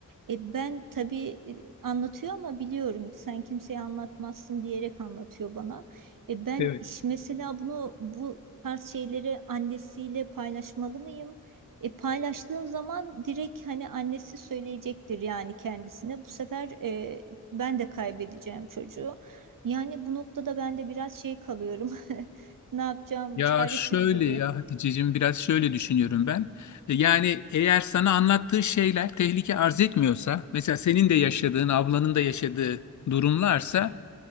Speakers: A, on the right; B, on the left.
A: E, ben tabii e, anlatıyor ama biliyorum sen kimseye anlatmazsın diyerek anlatıyor bana. E, ben
B: Evet.
A: iş- mesela bunu bu tarz şeyleri annesiyle paylaşmalı mıyım? E, paylaştığım zaman direkt hani annesi söyleyecektir yani kendisine. Bu sefer e, ben de kaybedeceğim çocuğu. Yani bu noktada ben de biraz şey kalıyorum. <laughs> Ne yapacağım?
B: Ya
A: Çaresiz
B: şöyle
A: gibi.
B: ya Hatice'cim biraz şöyle düşünüyorum ben. E, Yani eğer sana anlattığı şeyler tehlike arz etmiyorsa, mesela senin de yaşadığın, ablanın da yaşadığı durumlarsa